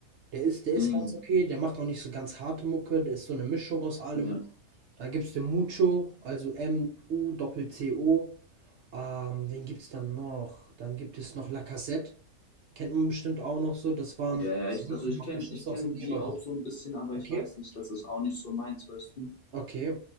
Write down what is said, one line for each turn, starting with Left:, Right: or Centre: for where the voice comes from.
Right: Der ist der
Left: mm,
Right: ist ganz okay, der macht auch nicht so ganz harte Mucke, der ist so eine Mischung aus allem.
Left: ja,
Right: Da gibt's den Mucho, also M-U-Doppel-C-O. Ähm, wen gibt's dann noch? Dann gibt es noch Lacazette. Kennt man bestimmt auch noch so. Das waren
Left: ja, ja, ich,
Right: 17
Left: also ich kenne
Right: Schüsse
Left: ich kenn
Right: aus dem Lehrer.
Left: die auch so ein bisschen, aber
Right: Okay.
Left: ich weiß nicht, das ist auch nicht so meins, weißt du?
Right: Okay.